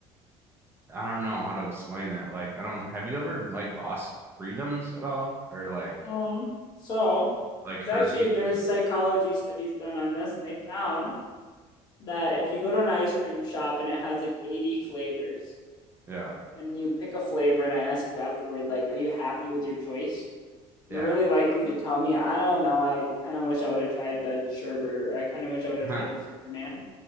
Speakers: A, on the right; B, on the left.
A: I don't know how to explain it. Like I don't have you ever like lost freedoms at all or like
B: Um so
A: like
B: there's
A: curfews?
B: actually there's psychology studies done on this and they found that if you go to an ice cream shop and it has like 80 flavors
A: Yeah.
B: and you pick a flavor and I ask you afterward like are you happy with your choice? You're
A: Yeah.
B: really likely to tell me, I don't know, I kind of wish I would have tried the sherbet, or I kind of wish I would have
A: <laughs>
B: tried the Superman,